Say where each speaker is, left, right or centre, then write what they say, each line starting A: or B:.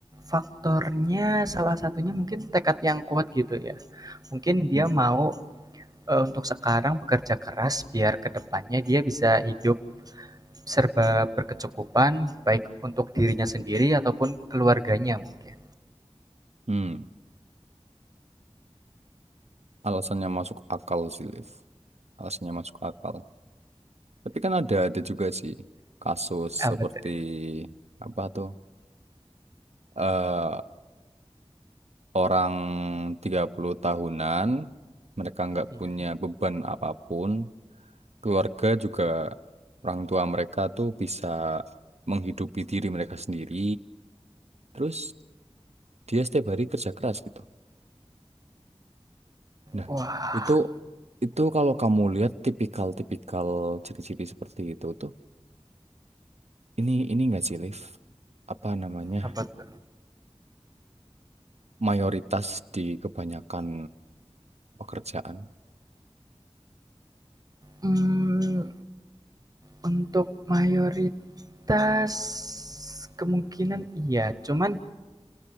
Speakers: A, on the right (about 35°); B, on the right (about 85°).
A: faktornya salah satunya mungkin tekad yang kuat gitu ya. Mungkin dia
B: Hmm.
A: mau Eee, untuk sekarang bekerja keras biar kedepannya dia bisa hidup serba berkecukupan, baik untuk dirinya sendiri ataupun keluarganya mungkin.
B: Hmm. Alasannya masuk akal sih, Liv. Alasannya masuk akal. Tapi kan ada ada juga sih kasus
A: Ah
B: seperti
A: betul.
B: apa tuh? Eh, orang 30 tahunan, mereka nggak
A: Iya.
B: punya beban apapun, keluarga juga orang tua mereka tuh bisa menghidupi diri mereka sendiri, terus dia setiap hari kerja keras gitu. Nah,
A: Wah,
B: itu itu kalau kamu lihat tipikal-tipikal ciri-ciri seperti itu tuh, ini ini nggak sih, Liv? Apa namanya?
A: apa tuh?
B: Mayoritas di kebanyakan pekerjaan.
A: Mmm, untuk mayoritas kemungkinan iya, cuman